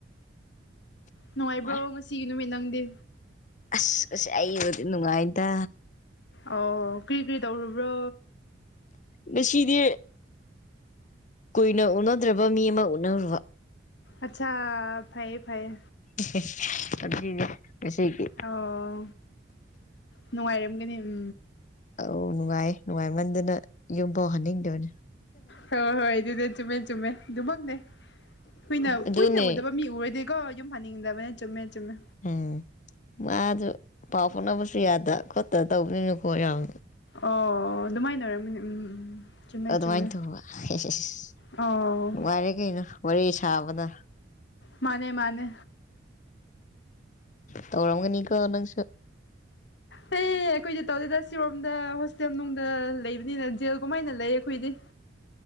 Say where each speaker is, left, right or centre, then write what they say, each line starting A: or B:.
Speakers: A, on the left; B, on the left.
A: ꯅꯨꯡꯉꯥꯏꯕ꯭ꯔꯣ
B: ꯍꯥ
A: ꯉꯁꯤꯒꯤ ꯅꯨꯃꯤꯠ ꯅꯪꯗꯤ
B: ꯑꯁ ꯑꯁ ꯑꯩꯕꯨꯗꯤ ꯅꯨꯡꯉꯥꯏꯗ
A: ꯑꯣ ꯀꯔꯤ ꯀꯔꯤ ꯇꯧꯔꯨꯕ꯭ꯔꯣ
B: ꯉꯁꯤꯗꯤ ꯀꯨꯏꯅ ꯎꯅꯗ꯭ꫪꯤꯕ ꯃꯤ ꯑꯃ ꯎꯅꯔꯨꯕ
A: ꯑꯆꯥꯥ ꯐꯌꯦ ꯐꯩꯌꯦ
B: ꯏꯍꯦ ꯑꯗꯨꯅꯤꯅꯦ ꯉꯁꯤꯒꯤ
A: ꯑꯣ ꯅꯨꯡꯉꯥꯏꯔꯝꯒꯅꯤ ꯎꯝ
B: ꯑꯧ ꯅꯨꯡꯉꯥꯏ ꯅꯨꯡꯉꯥꯏꯃꯟꯗꯅ ꯌꯨꯝꯐꯥꯎ ꯍꯟꯅꯤꯡꯗꯣꯏꯅꯦ
A: ꯍꯣꯏ ꯍꯣꯏ ꯑꯗꯨꯗꯤ ꯆꯨꯝꯃꯦ ꯆꯨꯝꯃꯦ ꯑꯗꯨꯃꯛꯅꯦ ꯀꯨꯏꯅ
B: ꯑꯗꯨꯅꯦ
A: ꯀꯨꯏꯅ ꯎꯗꯕ ꯃꯤ ꯎꯔꯗꯤꯦꯀꯣ ꯌꯨꯝ ꯍꯥꯟꯅꯤꯡꯗꯕꯅꯦ ꯆꯨꯝꯃꯦ ꯆꯨꯝꯃꯦ
B: ꯎꯝ ꯃꯥꯗꯨ ꯄꯥꯎ ꯐꯥꯎꯅꯕꯁꯨ ꯌꯥꯗ ꯈꯣꯠꯇ ꯇꯧꯕꯗꯅꯤꯅꯨꯀꯣ ꯌꯥꯝ
A: ꯑꯣ ꯑꯗꯨꯃꯥꯏꯅ ꯑꯣꯏꯔꯝꯃꯤꯅꯤ ꯎꯝ ꯎꯝ ꯆꯨꯝꯃꯦ
B: ꯑꯗꯨꯃꯥꯏꯅ
A: ꯆꯨꯝꯃꯦ
B: ꯇꯧꯕ ꯍꯤꯁ ꯍꯤꯗ
A: ꯑꯣ
B: ꯅꯨꯡꯉꯥꯏꯔꯦ ꯀꯩꯅꯣ ꯋꯥꯔꯤ ꯁꯥꯕꯅ
A: ꯃꯥꯅꯦ ꯃꯥꯅꯦ
B: ꯇꯧꯔꯝꯒꯅꯤꯀꯣ ꯅꯪꯁꯨ
A: ꯍ ꯑꯩꯈꯣꯏꯗꯤ ꯇꯧꯗꯦꯗ ꯁꯤꯔꯣꯝꯗ ꯍꯣꯁꯇꯦꯜ ꯅꯨꯡꯗ ꯂꯩꯕꯅꯤꯅ ꯖꯦꯜꯒꯨꯝꯃꯥꯏꯅ ꯂꯩꯌꯦ ꯑꯩꯈꯣꯏꯗꯤ